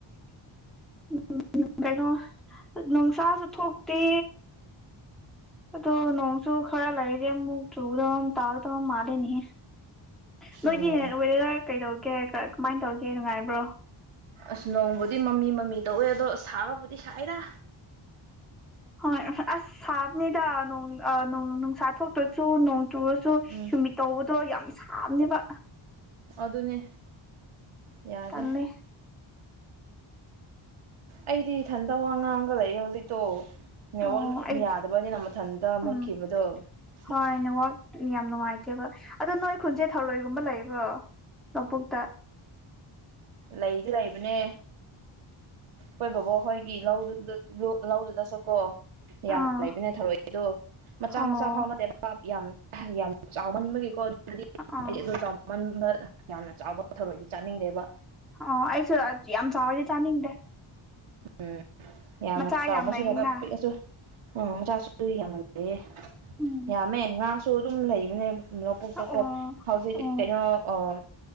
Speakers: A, in the centre; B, on the right.
A: ꯎꯝ ꯀꯩꯅꯣ ꯅꯣꯡꯁꯥꯁꯨ ꯊꯣꯛꯇꯦ꯫ ꯑꯗꯣ ꯅꯣꯡꯁꯨ ꯈ꯭ꯔꯥ ꯂꯩꯔꯗꯤ ꯑꯃꯨꯛ ꯆꯨꯒꯗꯝ ꯇꯥꯒꯗꯝ ꯃꯥꯂꯦꯅꯦꯍꯦ꯫ ꯅꯣꯏꯗꯤ
B: ꯑꯣ
A: ꯋꯦꯗꯔ ꯀꯩꯗꯧꯒꯦ ꯀꯥ ꯀꯃꯥꯏꯅ ꯇꯧꯒꯦ ꯅꯨꯡꯉꯥꯏꯕ꯭ꯔꯣ꯫
B: ꯑꯁ ꯅꯣꯡꯕꯨꯗꯤ ꯃꯃꯤ ꯃꯃꯤ ꯇꯧꯋꯦ ꯑꯗꯣ ꯁꯥꯕꯕꯨꯗꯤ ꯁꯥꯏꯗ꯫
A: ꯍꯣꯏ ꯑꯁ ꯁꯥꯕꯅꯤꯗꯥ ꯅꯣꯡ ꯑꯥ ꯅꯣꯡ ꯅꯨꯡꯁꯥ ꯊꯣꯛꯇ꯭ꯔꯁꯨ ꯅꯣꯡ ꯇꯨꯔꯁꯨ
B: ꯎꯝ
A: ꯍꯨꯃꯤꯠ ꯇꯧꯕꯗꯣ ꯌꯥꯝ ꯁꯥꯕꯅꯦꯕ
B: ꯑꯗꯨꯅꯦ ꯌꯥꯗꯦ꯫
A: ꯇꯜꯂꯦ
B: ꯑꯩꯗꯤ ꯏꯊꯟꯇ ꯋꯥ ꯉꯥꯡꯉꯥꯒ ꯂꯩꯌꯦ ꯍꯧꯖꯤꯛꯇꯣ꯫ ꯅꯦꯠꯋꯥꯛ
A: ꯑꯣ ꯑꯩ
B: ꯌꯥꯗꯕꯅꯤꯅ ꯃꯊꯟꯇ
A: ꯎꯝ
B: ꯃꯨꯠꯈꯤꯕꯗꯣ ꯍꯤꯛ
A: ꯍꯣꯏ ꯅꯦꯠꯋꯥꯛ ꯌꯥꯝ ꯅꯨꯡꯉꯥꯏꯇꯦꯕ ꯑꯗꯣ ꯅꯣꯏ ꯈꯨꯟꯖꯦ ꯊꯧꯔꯣꯏꯒꯨꯝꯕ ꯂꯩꯕ꯭ꯔꯣ꯫ ꯂꯧ ꯄꯨꯛꯇ꯫
B: ꯂꯩꯗꯤ ꯂꯩꯕꯅꯦ꯫ ꯍꯣꯏ ꯕꯣꯕꯣ ꯍꯣꯏꯒꯤ ꯂꯧꯗꯨꯗ ꯂꯨ ꯂꯧꯗꯨꯗꯁꯨꯀꯣ ꯌꯥꯝꯅ
A: ꯑꯥ
B: ꯂꯩꯕꯅꯦ ꯊꯧꯔꯣꯏꯗꯣ ꯃꯆꯥ
A: ꯑꯣ
B: ꯃꯆꯥ ꯐꯥꯎꯅꯗꯦꯕ ꯌꯥꯝ ꯌꯥꯝ ꯆꯥꯎꯃꯟꯕꯒꯤꯀꯣ ꯑꯗꯨꯗꯤ
A: ꯑꯥ
B: ꯑꯩꯗꯤ ꯑꯗꯣ ꯆꯥꯎꯃꯟꯕ ꯌꯥꯝꯅ ꯫ ꯆꯥꯎꯕ ꯊꯧꯔꯣꯏꯗꯤ ꯆꯥꯅꯤꯡꯗꯦꯕ꯫
A: ꯑꯣ ꯑꯩꯁꯨ ꯑꯥ ꯌꯥꯝ ꯆꯥꯎꯔꯗꯤ ꯆꯥꯅꯤꯡꯗꯦ꯫
B: ꯎꯝ ꯌꯥꯝꯅ
A: ꯃꯆꯥ
B: ꯆꯥꯎꯕꯁꯨ
A: ꯌꯥꯝ ꯂꯩꯅ
B: <inaudible> ꯄꯤꯛꯁꯨ ꯎꯝ ꯃꯆꯥꯁꯨ ꯌꯥꯝꯃꯜꯂꯦ
A: ꯎꯝ
B: ꯌꯥꯝꯃꯦ ꯉꯥꯁꯨ ꯑꯗꯨꯝ ꯂꯩꯕꯅꯦꯕ ꯂꯧꯄꯨꯛꯇꯀꯣ
A: ꯑꯣ ꯑꯣ
B: ꯍꯧꯖꯤꯛꯇꯤ ꯀꯩꯅꯣ ꯑꯥ